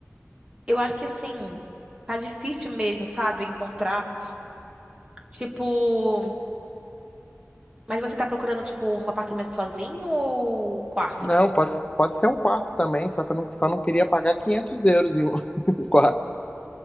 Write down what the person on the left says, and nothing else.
Não, pode, pode ser um quarto também, só que eu não, só não queria pagar 500 euros em um, <laughs> em um quarto.